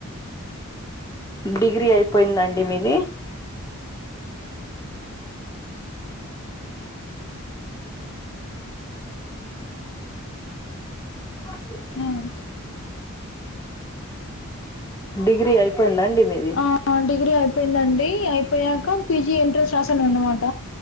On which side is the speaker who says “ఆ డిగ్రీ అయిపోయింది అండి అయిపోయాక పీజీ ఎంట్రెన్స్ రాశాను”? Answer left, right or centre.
Left